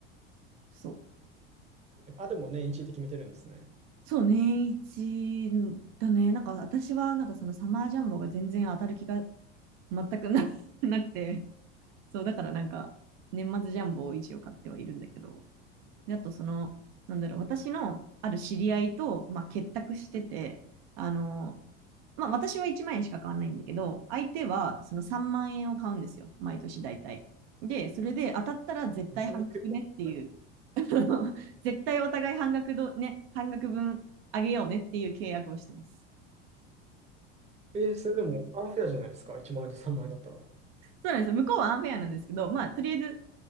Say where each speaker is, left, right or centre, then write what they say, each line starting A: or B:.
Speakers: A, on the right; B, on the right.
A: そう。
B: えーあ、でも年1で決めてるんですね。
A: そう、年一だね。なんか私は、なんかそのサマージャンボが全然当たる気が全くな <laughs>、なくて、そう、だからなんか、年末ジャンボを一応買ってはいるんだけど、であとその、なんだろう、私のある知り合いと、まあ、結託してて、あの、まあ、私は1万円しか買わないんだけど、相手はその3万円を買うんですよ、毎年大体。で、それで当たったら絶対半額ねっていう、
B: えーそんな結構。はい
A: <laughs> 絶対お互い半額ど、ね、半額分あげようねっていう契約をしてます。
B: えー、それでも、アンフェアじゃないですか。1万円と3万円だったら。
A: そうなんですよ。向こうはアンフェアなんですけど、まあ、とりあえず